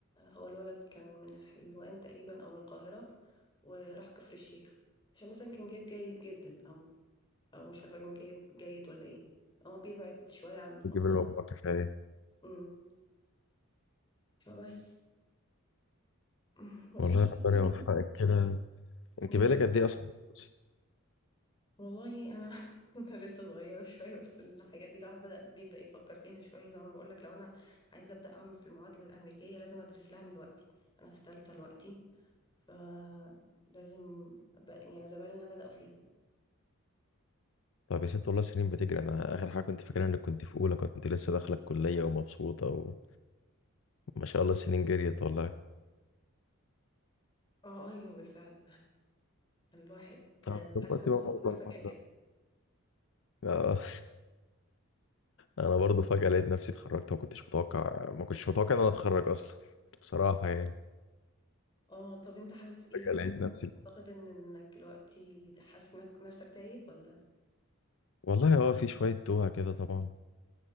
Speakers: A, on the left; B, on the left.
A: هو الولد كان من حلوان تقريبا أو من القاهرة وراح كفر الشيخ عشان مثلا كان جايب جيد جدا أو او مش عارفه كان جايب جيد ولا ايه هو بيبعد شويه عن محافظته
B: تجيب المجموع كفاية
A: امم فبس <laughs> أمم، بس
B: والله
A: ان شاء الله
B: ربنا يوفقك
A: يعني
B: كده أنت
A: يا
B: بقالك
A: رب.
B: قد إيه أصلا بتدرسي؟
A: والله انا <laughs> انا لسه صغيره شويه بس الحاجات دي الواحد بدا بيبدا يفكر فيها شويه زي ما انا بقول لك لو انا عايزه ابدا اعمل في المعادله الامريكيه لازم ادرس لها من دلوقتي انا في ثالثه دلوقتي فلازم أبقى يعني زمايلنا بداوا فيها
B: طب يا ست والله سنين بتجري أنا آخر حاجة كنت فاكرها إنك كنت في أولى كنت لسه داخلة الكلية ومبسوطة وما شاء الله السنين جريت والله
A: اه ايوه بالفعل الواحد
B: طب <laughs> دلوقتي
A: حاسس نفسه
B: بقى أفضل
A: كبر فجاه
B: مرة
A: كده
B: آه أنا برضه فجأة لقيت نفسي اتخرجت ما كنتش متوقع ما كنتش متوقع إن أنا أتخرج أصلا بصراحة يعني
A: اه طب انت حاسس ايه
B: فجأة
A: الوقت
B: لقيت
A: يعني
B: نفسي
A: اعتقد ان انك دلوقتي حاسس انك نفسك تايه ولا
B: والله هو في شوية دوها كده طبعا